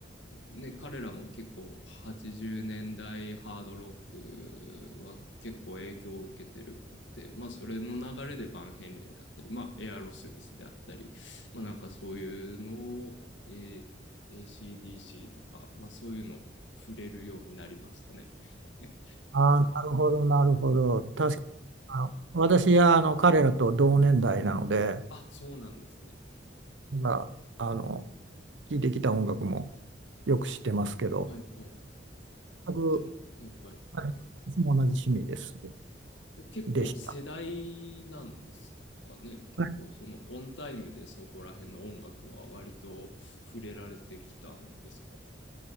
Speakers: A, on the left; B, on the right.
A: ね、彼らも結構80年代ハードロックは結構影響を受けてるっぽくて、まあそれの流れでバンヘイレンだったり、まあエアロスミスであったり、まあなんかそういうのを、えー ACDC とか、まあそういうのを触れるようになりましたね。<laughs>
B: ああ、なるほど、なるほど。確かにあの私はあの彼らと同年代なので、
A: あ、そうなんですね。
B: まあ、あの、聴いてきた音楽もよく知ってますけど、
A: はいはい。
B: 全く、
A: でも、はいはい。
B: はい、私も同じ趣味です。
A: 結構世代なんですかね。
B: でした。
A: 結構そのオンタイムでそこら辺の音楽は割と触れられてきたんですか
B: はい